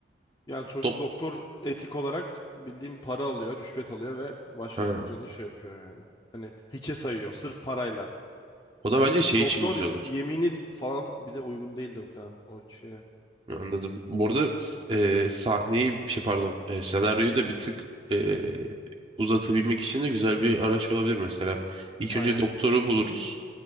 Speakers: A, on the left (about 25°); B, on the right (about 30°).
A: Yani sonuçta
B: Dok
A: doktor etik olarak bildiğim para alıyor, rüşvet alıyor ve başkasının
B: ha.
A: canını şey yapıyor yani. Hani hiçe sayıyor sırf parayla.
B: O da
A: Hani
B: bence şey
A: doktor
B: için güzel olur.
A: yeminin falan bize uygun değildi muhtemelen o şeye.
B: Anladım. Bu arada s- e, sahneyi şey pardon e, senaryoyu da bir tık e, uzatabilmek için de güzel bir araç olabilir mesela. İlk
A: Aynen.
B: önce doktoru buluruz.